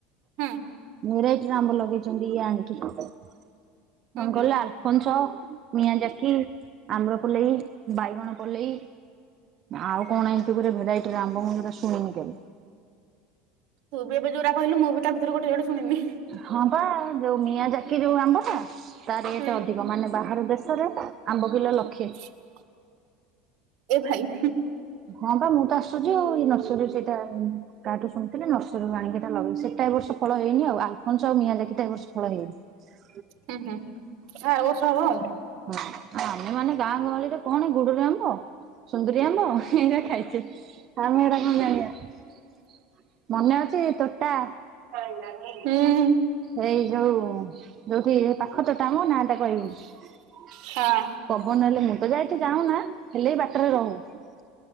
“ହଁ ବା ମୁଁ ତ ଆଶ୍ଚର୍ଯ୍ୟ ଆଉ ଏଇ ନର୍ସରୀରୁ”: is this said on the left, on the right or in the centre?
Right